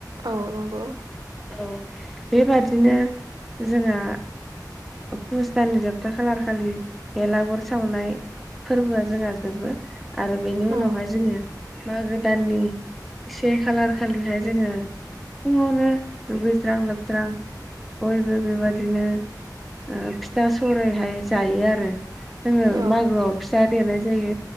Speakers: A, on the right; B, in the centre.
A: औ नंगौ
B: औ बेबादिनो जोङा फुस दाननि जोबथाखागार खालि बेलागुर सावनाय फोरबोआ जोंहा जोबो आरो बेनि उनावहाय
A: औ
B: जोङो मागो दाननि से खालार खालिहाय जोङो फुङावनो दुगैस्रां लोबस्रां बयबो बेबादिनो ओ फिथा सौरायहाय जायो आरो जोङो
A: औ
B: मागोआव फिथा देनाय जायो